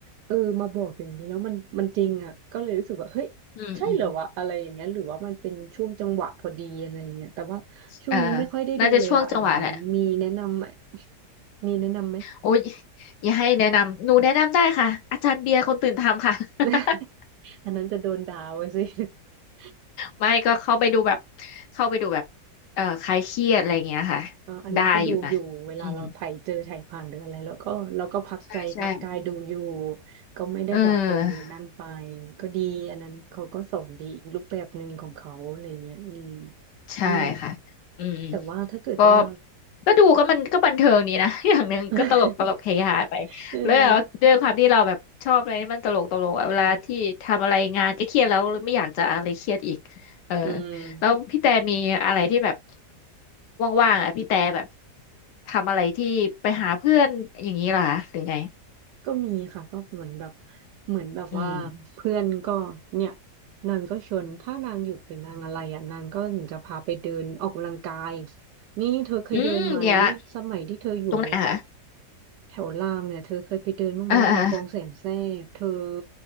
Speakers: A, on the right; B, on the left.
A: เออมาบอกอย่างนี้แล้วมันมันจริงอ่ะก็เลยรู้สึกว่าเฮ้ย
B: อืมอืม
A: ใช่เหรอวะอะไรอย่างเงี้ยหรือว่ามันเป็นช่วงจังหวะพอดีอะไรอย่างเงี้ยแต่ว่าช่วงนี้ไม่ค่อยได้ดูเลยอ่ะแอมมีแนะนำไหม
B: เออน่าจะช่วงจังหวะแหละ
A: มีแนะนำไหม
B: โอ้ยอย่าให้แนะนำหนูแนะนำได้ค่ะอาจารย์เบียร์คนตื่นทำค่ะ
A: <laughs>
B: <laughs>
A: อันนั้นจะโดนด่าว่ะสิ <laughs>
B: ไม่ก็เข้าไปดูแบบเข้าไปดูแบบเอ่อคลายเครียดอะไรอย่างเงี้ยค่ะ
A: เอ่ออันนั้นก็ดูอยู่เวลาเราไถเจอไถผ่านหรืออะไรแล้วก็เราก็พักใจพักกายดูอยู่
B: ได้อยู่นะอืมใช่ใช่
A: ก็ไม่ได้แบบเออนั่นไป
B: เออ
A: ก็ดีอันนั้นเขาก็สอนดีอีกรูปแบบหนึ่งของเขาอะไรเงี้ยอืม
B: ใช่ค่ะอืม
A: นั่นแหละแต่ว่าถ้าเกิดว่า
B: ก็ก็ดูก็มันก็บันเทิงดีนะ <laughs> อย่างหนึ่งก็ตลกตลกเฮฮาไป
A: <laughs> เออ
B: แล้วด้วยความที่เราแบบชอบอะไรที่มันตลกตลกอะเวลาที่ทำอะไรงานก็เครียดแล้วไม่อยากจะอะไรเครียดอีกเออ
A: อืม
B: แล้วพี่แต่มีอะไรที่แบบว่างๆอ่ะพี่แต่แบบทำอะไรที่ไปหาเพื่อนอย่างนี้เหรอคะหรือไง
A: ก็มีค่ะก็เหมือนแบบเหมือนแบบว่าเพื่อนก็เนี่ย
B: อืม
A: นางก็ชวนถ้านางหยุดหรือนางอะไรอ่ะนางก็ถึงจะพาไปเดินออกกำลังกายนี่เธอเคยเดินไหม
B: อืมเดี๋ยวอะ
A: สมัยที่เธออยู่
B: ตรงไหนคะ
A: แถวรามเนี่ยเธอเคยไปเดินบ้างไหมริมคลองแสนแสบเธอ
B: เออเออ